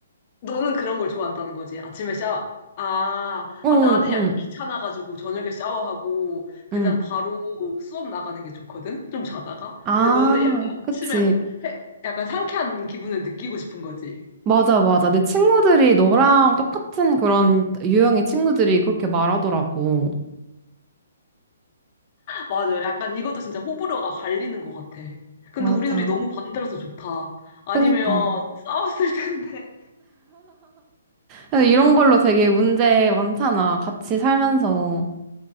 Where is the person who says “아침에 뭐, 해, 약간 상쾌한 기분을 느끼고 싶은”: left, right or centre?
Left